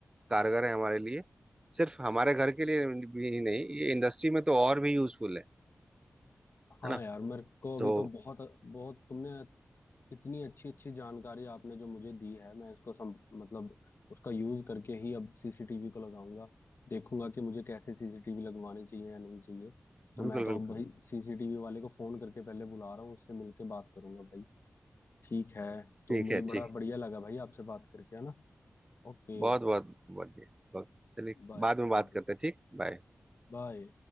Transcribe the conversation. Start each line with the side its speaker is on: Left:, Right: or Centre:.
Right: कारगर है हमारे लिए सिर्फ हमारे घर के लिए भी नहीं ये इंडस्ट्री में तो और भी यूजफुल है
Left: हाँ
Right: है ना
Left: यार मेरे को
Right: तो
Left: अभी तो बहुत बहुत तुमने इतनी अच्छी अच्छी जानकारी आपने जो मुझे दी है मैं इसको सम, मतलब उसका यूज करके ही अब सीसीटीवी को लगाऊंगा देखूंगा कि मुझे कैसे सीसीटीवी लगवानी चाहिए या नहीं चाहिए तो
Right: बिल्कुल
Left: मैं तो
Right: बिल्कुल
Left: अब भाई सीसीटीवी वाले को फोन करके पहले बुला रहा हूँ उससे मिलके बात करूंगा भाई ठीक है तो
Right: ठीक
Left: मुझे
Right: है
Left: बड़ा
Right: ठीक
Left: बढ़िया लगा भाई आपसे बात करके है ना ओके
Right: बहुत बहुत बढ़िया बहुत- चलिए
Left: Bye
Right: बाद में बात
Left: bye
Right: करते हैं ठीक बाय
Left: bye